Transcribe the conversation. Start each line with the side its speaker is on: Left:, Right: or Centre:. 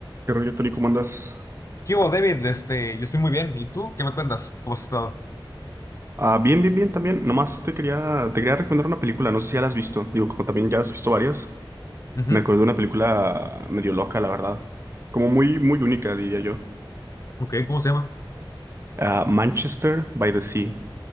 Right: ¿Qué rollo, Tori? ¿Cómo andas?
Left: ¿Qué hubo, David? Este, yo estoy muy bien. ¿Y tú? ¿Qué me cuentas? ¿Cómo has estado?
Right: Ah, bien, bien, bien también. Nomás te quería, te quería recomendar una película. No sé si ya la has visto. Digo, como también ya has visto varias.
Left: Ujú,
Right: Me acordé de una película medio loca, la verdad. Como muy, muy única, diría yo.
Left: Ok, ¿cómo se llama?
Right: Ah, Manchester by the Sea.